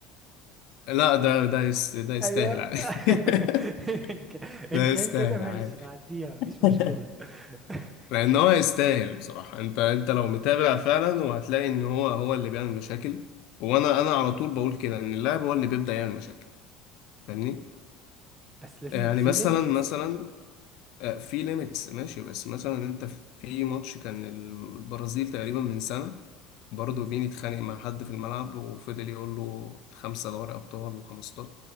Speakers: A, on the left; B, on the right.
A: لا ده ده يس... ده يستاهل
B: ايوه
A: عادي
B: <laughs>
A: <laughs>
B: ان كان إن
A: ده
B: كان
A: يستاهل
B: كده ماشي
A: عادي
B: نعديها مفيش
A: <laughs>
B: مشكلة <laughs>
A: لان هو يستاهل بصراحه انت انت لو متابع فعلا وهتلاقي ان هو هو اللي بيعمل مشاكل وانا انا على طول بقول كده ان اللاعب هو اللي بيبدا يعمل مشاكل فاهمني
B: بس لازم
A: يعني
B: يبقى في
A: مثلا
B: ليميت
A: مثلا آه، في ليميتس ماشي بس مثلا انت في ماتش كان البرازيل تقريبا من سنه برضه
B: مم.
A: فيني اتخانق مع حد في الملعب وفضل يقول له خمسة دوري أبطال و15